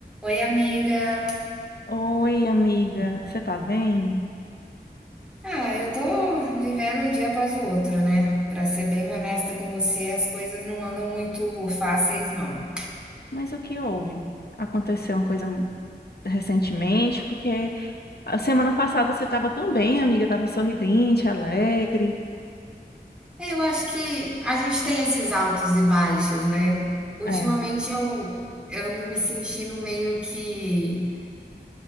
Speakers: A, in the centre; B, on the left.
A: Oi, amiga.
B: Oi, amiga, você tá bem?
A: Ah, eu tô vivendo um dia após o outro, né? Pra ser bem honesta com você, as coisas não andam muito fáceis, não.
B: Mas o que houve? Aconteceu uma coisa recentemente, porque a semana passada você tava tão bem, amiga, tava sorridente, alegre.
A: É, Eu acho que a gente tem esses altos e baixos, né? Ultimamente
B: É.
A: eu, eu ando me sentindo meio que.